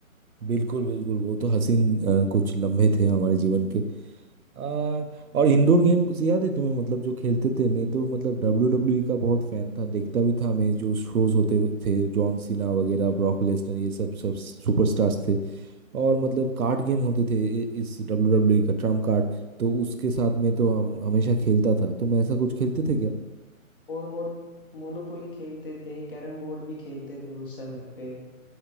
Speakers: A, on the right (about 85°); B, on the left (about 40°).
A: बिल्कुल बिल्कुल वो तो हसीन अ, कुछ लम्हे थे हमारे जीवन के आ, और इंडोर गेम्स याद है तुम्हें मतलब जो खेलते थे मैं तो मतलब डब्ल्यू डब्ल्यू का बहुत फैन था देखता भी था मैं जो शोज होते हुए थे जॉन सीना वगैरह ब्रॉक लेसनर ये सब सब सुपरस्टार्स थे और मतलब कार्ड गेम होते थे इ- इस डब्ल्यू डब्ल्यू का ट्रम्प कार्ड तो उसके साथ में तो हम हमेशा खेलता था तुम ऐसा कुछ खेलते थे क्या
B: और मो, मोनोपोली खेलते थे कैरम बोर्ड भी खेलते थे उस समय पे